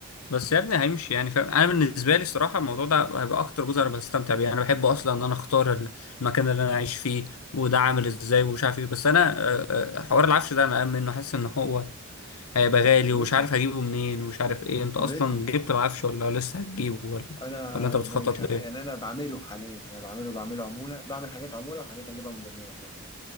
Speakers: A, on the left (about 80°); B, on the left (about 20°).
A: بس يا ابني هيمشي يعني فاهم انا بالنسبة لي الصراحة الموضوع ده هيبقى اكتر جزء انا بستمتع بيه انا بحب اصلا ان انا اختار المكان اللي انا عايش فيه وده عامل ازاي ومش عارف ايه بس انا آه، آه، حوار العفش ده انا قام منه حاسس ان هو هيبقى غالي ومش
B: رخم
A: عارف هجيبه منين ومش عارف ايه انت
B: ورخم
A: اصلا جبت العفش ولا لسه هتجيبه ولا
B: انا
A: ولا انت بتخطط
B: ب...
A: لايه
B: يعني انا بعمله حاليا انا بعمله بعمله عموله بعمل حاجات عموله وحاجات اجيبها من دمياط يعني